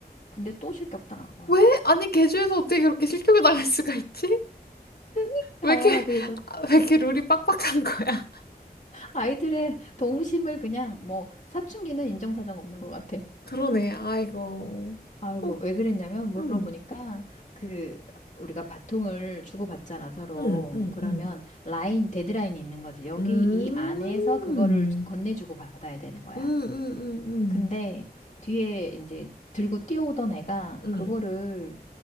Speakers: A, on the left (about 45°); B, on the left (about 70°).
A: 근데 또 실격당한 거야.
B: 왜? 아니, 개주에서 어떻게 그렇게 실격을 당할 수가 있지?
A: 그러니까
B: 왜 이렇게,
A: 그래서
B: 아, 왜 이렇게 룰이 빡빡한 거야? <laughs>
A: 아이들의 동심을 그냥 뭐 사춘기는 인정사정 없는 것 같아.
B: 그러네, 아이고.
A: 아유, 뭐왜
B: 어,
A: 그랬냐면 물어보니까
B: 음,
A: 그 우리가 바통을 주고받잖아, 서로.
B: 음, 음,
A: 그러면
B: 음.
A: 라인, 데드라인이 있는 거지. 여기
B: 음,
A: 이 안에서 그거를 건네주고 받아야 되는 거야.
B: 음, 음, 음,
A: 근데 뒤에 이제 들고 뛰어오던 애가
B: 음.
A: 그거를
B: 음.